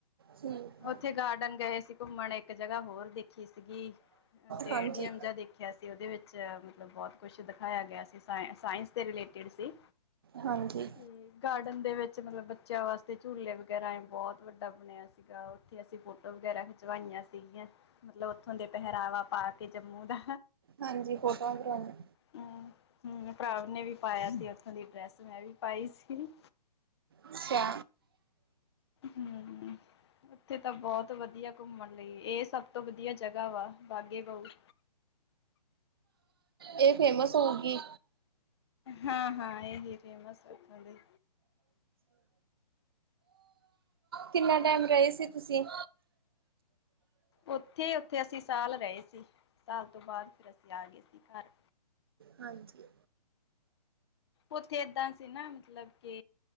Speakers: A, on the right; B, on the left.
A: ਠੀਕ ਹੈ
B: ਉੱਥੇ ਗਾਰਡਨ ਗਏ ਸੀ ਘੁੰਮਣ ਇੱਕ ਜਗ੍ਹਾ ਹੋਰ ਦੇਖੀ ਸੀਗੀ। ਸਟੇਡੀਅਮ
A: ਹਾਂਜੀ
B: ਜਿਹਾ ਦੇਖਿਆ ਸੀ, ਉਹਦੇ ਵਿੱਚ ਮਤਲਬ ਬਹੁਤ। ਕੁਛ ਦਿਖਾਇਆ ਗਿਆ ਸੀ ਸਾਇ ਸਾਇੰਸ ਦੇ ਰਿਲੇਟਿਡ ਸੀ
A: ਹਾਂਜੀ।
B: ਹਮ ਗਾਰਡਨ ਦੇ ਵਿੱਚ। ਮਤਲਬ ਬੱਚਿਆਂ ਵਾਸਤੇ ਝੂਲੇ ਵਗੈਰਾ ਏ ਬਹੁਤ ਵੱਡਾ ਬਣਿਆ ਸੀ। ਸੀਗਾ ਉੱਥੇ ਅਸੀਂ ਫੋਟੋ ਵਗੈਰਾ ਖਿਚਵਾਈਆਂ ਸੀਗੀਆਂ ਮਤਲਬ ਉੱਥੋਂ ਦੇ ਪਹਿਰਾਵਾ ਪਾ ਕੇ ਕੀ ਜੰਮੂ ਦਾ
A: ਹਾਂਜੀ ਫੋਟੋਆਂ ਕਰਾਉਣੀਆਂ।
B: ਹੂੰ ਹੂੰ ਭਰਾਵ ਨੇ ਵੀ ਪਾਇਆ ਸੀ ਉੱਥੋਂ ਦੀ ਡਰੈਸ ਮੈਂ ਵੀ ਪਾਈ ਸੀ।
A: ਅੱਛਾ।
B: ਹੂੰ ਉੱਥੇ ਤਾਂ ਬਹੁਤ ਵਧੀਆ ਘੁੰਮਣ ਲਈ ਇਹ ਸਭ ਤੋਂ ਵਧੀਆ ਜਗ੍ਹਾ ਵਾ ਬਾਗੇ ਬਹੁਤ
A: ਇਹ ਫੇਮਸ ਹੋਊਗੀ।
B: ਹਾਂ ਹਾਂ ਇਹੀ ਫੇਮਸ ਇੱਥੋਂ ਦੀ।
A: ਕਿੰਨਾ ਟਾਈਮ ਰਹੇ ਸੀ ਤੁਸੀਂ।
B: ਉੱਥੇ, ਉੱਥੇ ਅਸੀਂ ਸਾਲ ਰਹੇ ਸੀ ਸਾਲ ਤੋਂ ਬਾਅਦ ਫਿਰ ਅਸੀਂ ਆ ਗਏ ਸੀ ਘਰ।
A: ਹਾਂਜੀ।
B: ਉੱਥੇ ਏਦਾਂ ਸੀ ਨਾ ਮਤਲਬ ਕਿ